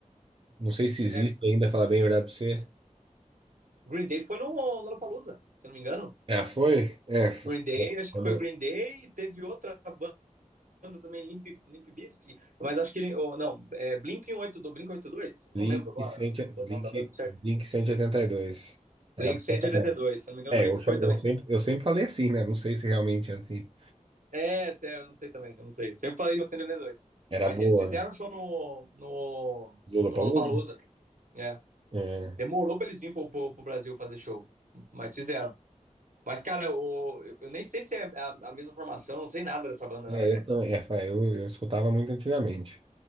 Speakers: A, on the right; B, on the right.
A: Não sei se existe
B: é,
A: ainda, falar bem a verdade pra você.
B: Green Day foi no Lollapalooza, se não me engano.
A: Ah, foi? É, foi-
B: Green Day, acho
A: quando
B: que foi
A: eu...
B: Green Day e teve outra banda também, Limp, Limp Bizkit, mas acho que, oh, não, é Blink 182, Blink cento e oitenta e dois Não
A: Blink,
B: lembro agora
A: 100
B: o
A: Blink,
B: nome da banda certo.
A: Blink 182. Era
B: Blink cento
A: boa também.
B: e e oitenta e dois se não me engano,
A: É,
B: Blink
A: eu, chamo-
B: foi também.
A: eu, sempre, eu sempre falei assim, né? Não sei se realmente é assim.
B: É, sério, eu não sei também, eu não sei. Sempre falei de Ocean dois,
A: Era
B: Mas
A: boa.
B: eles fizeram show no, no,
A: Lollapalooza?
B: no Lollapalooza. É.
A: É,
B: Demorou pra eles virem pro, pro, pro Brasil fazer show, mas fizeram. Mas, cara, o, eu, eu nem sei se é a, a mesma formação, eu não sei nada dessa banda, na
A: é,
B: verdade.
A: eu, também- é, fa- eu, eu escutava muito antigamente.